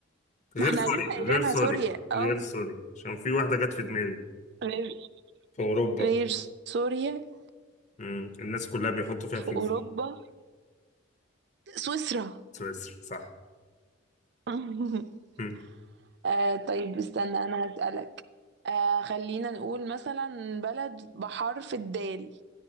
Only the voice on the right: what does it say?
ما احنا
لسه قايلينها
سوريا اه
غير
غير سوريا
في
أوروبا سويسرا
<laughs>
آه طيب استنى أنا هسألك آه خلينا نقول مثلا بلد بحرف الدال